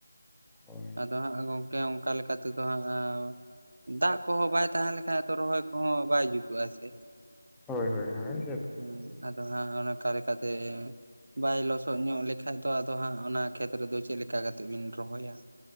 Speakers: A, in the centre; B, on the right (about 55°).
A: ᱦᱳᱭ᱾
B: ᱫᱚ ᱦᱟᱸᱜ ᱜᱚᱝᱠᱮ ᱚᱱᱠᱟ ᱞᱮᱠᱟ ᱛᱮᱫᱚ ᱦᱟᱸᱜ ᱮᱸ᱾ ᱫᱟᱜ ᱠᱚᱦᱚᱸ ᱵᱟᱭ ᱛᱟᱸᱦᱮ ᱞᱮᱠᱷᱟᱡ ᱛᱚ ᱨᱚᱦᱚᱭ ᱠᱚᱦᱚᱸ ᱵᱟᱭ ᱡᱩᱛᱩᱜ-ᱟ ᱥᱮ᱾
A: ᱦᱳᱭ ᱦᱳᱭ ᱦᱳᱭ
B: ᱦᱮᱸ ᱟᱫᱚ ᱦᱟᱸᱜ ᱚᱱᱠᱟ ᱞᱮᱠᱟ ᱛᱮᱼᱼ ᱵᱟᱭ ᱞᱚᱥᱚᱫ ᱧᱚᱜ ᱞᱮᱠᱷᱟᱡ ᱫᱚ ᱟᱫᱚ ᱦᱟᱸᱜ ᱚᱱᱟ ᱠᱷᱮᱛ ᱨᱮᱫᱚ ᱪᱮᱫ ᱞᱮᱠᱟ ᱠᱟᱛᱮᱫ ᱵᱤᱱ ᱨᱚᱦᱚᱭᱟ